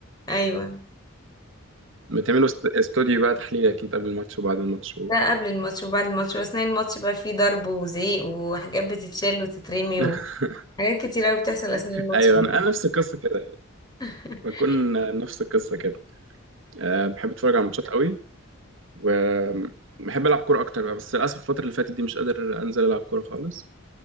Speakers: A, on the left; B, on the right.
A: ايوه
B: بتعملوا است- استوديو بقى تحليل أكيد قبل الماتش وبعد الماتش و...
A: ده قبل الماتش وبعد الماتش واثناء الماتش بقى فيه ضرب وزعيق وحاجات بتتشال وتترمي
B: <laughs>
A: وحاجات كتير قوي بتحصل اثناء الماتش
B: ايوه
A: يعني
B: انا انا نفس القصه كده
A: <laughs>
B: بكون نفس القصة كده أه بحب أتفرج على الماتشات قوي وبحب ألعب كورة أكتر بقى بس للأسف الفترة اللي فاتت دي مش قادر أنزل ألعب كورة خالص